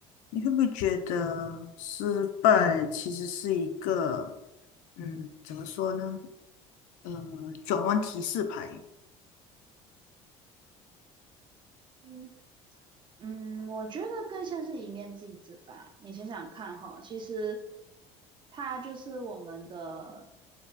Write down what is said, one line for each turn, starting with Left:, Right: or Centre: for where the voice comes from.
Left: 你会不会觉得失败其实是一个，嗯，怎么说呢？呃，转弯提示牌。
Right: 嗯。嗯，我觉得更像是一面镜子吧。你想想看哈，其实它就是我们的